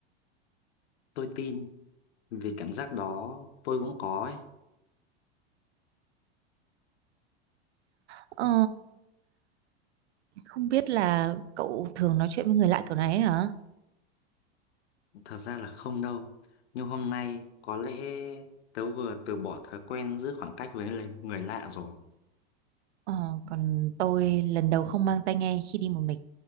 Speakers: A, on the left; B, on the right.
A: Tôi tin, vì cảm giác đó tôi cũng có ấy.
B: Ờ Không biết là cậu thường nói chuyện với người lạ kiểu này ấy hả?
A: Thật ra là không đâu. Nhưng hôm nay có lẽ tớ vừa từ bỏ thói quen giữ khoảng cách với lại người lạ rồi.
B: Ờ, còn tôi lần đầu không mang tai nghe khi đi một mình.